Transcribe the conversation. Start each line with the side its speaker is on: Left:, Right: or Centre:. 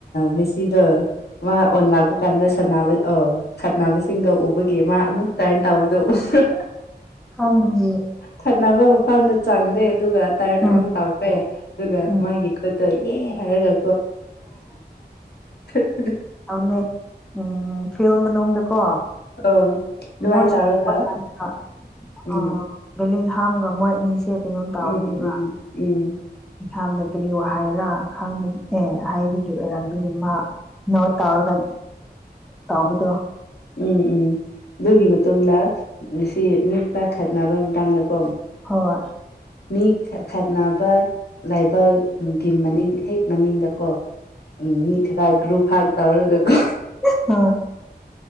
Left: ꯃꯦꯁꯤꯗꯣ ꯃꯥ ꯑꯣꯟ ꯂꯥꯛꯕ ꯀꯥꯟꯗ ꯁꯥꯟꯅꯕ ꯑꯣ ꯈꯠꯅꯕꯁꯤꯡꯗꯣ ꯎꯕꯒꯤ ꯃꯥ ꯑꯃꯨꯛ ꯇꯔꯟ ꯇꯥꯎꯕꯗ ꯎꯕ꯭ꯔꯥ
Centre: ꯈꯪꯗꯤꯌꯦ
Left: ꯈꯠꯅꯥꯕ ꯃꯐꯝꯗ ꯆꯪꯗꯦ ꯑꯗꯨꯒ ꯇꯔꯟ
Centre: ꯎꯝ
Left: ꯑꯃꯨꯛ ꯇꯧꯈꯔꯦ ꯑꯗꯨꯒ
Centre: ꯎꯝ
Left: ꯃꯥꯒꯤ ꯈꯨꯠꯇꯣ ꯑꯦ ꯍꯥꯏꯔꯒ <unintelligible>
Centre: ꯑꯧꯅꯦ ꯎꯝ ꯐꯤꯜꯗ ꯃꯅꯨꯡꯗꯀꯣ
Left: ꯑꯣ ꯑꯗꯨꯃꯥꯏꯟ
Centre: ꯃꯣꯏ
Left: ꯇꯧꯔꯒ
Centre: ꯁꯥꯟꯅꯕ ꯀꯥꯟꯗ
Left: ꯎꯝ
Centre: ꯑꯥ ꯕꯦꯂꯤꯡꯍꯥꯝꯒ ꯃꯣꯏ ꯑꯅꯤꯁꯦ ꯀꯩꯅꯣꯝ ꯇꯥꯎꯕꯅꯦꯕ
Left: ꯎꯝ ꯎꯝ ꯎꯝ
Centre: ꯑꯗꯨ <unintelligible> ꯀꯔꯤ ꯋꯥ ꯍꯥꯏꯔꯥ ꯈꯪꯕ ꯑꯦ ꯍꯥꯏꯕꯒꯤ ꯑꯣꯏꯔꯝꯒꯅꯤ ꯃꯥ ꯅꯣꯠ ꯇꯧꯔꯒ ꯇꯥꯕꯗꯣ
Left: ꯎꯝ ꯎꯝ ꯑꯗꯨꯒꯤ ꯃꯇꯨꯡꯗ ꯉꯁꯤ ꯃꯤ ꯈꯔ ꯈꯠꯅꯕ ꯃꯇꯝꯗꯀꯣ
Centre: ꯍꯣꯏ
Left: ꯃꯤ ꯈꯠꯅꯕ ꯂꯥꯏꯕꯛ ꯒꯤ ꯃꯅꯤꯡ ꯍꯦꯛ ꯃꯅꯤꯡꯗꯀꯣ ꯎꯝ ꯃꯤ ꯈꯔꯒ꯭ꯔꯨꯨꯞ ꯐꯥꯏꯠ ꯇꯩꯔꯒꯀꯣ
Centre: <unintelligible>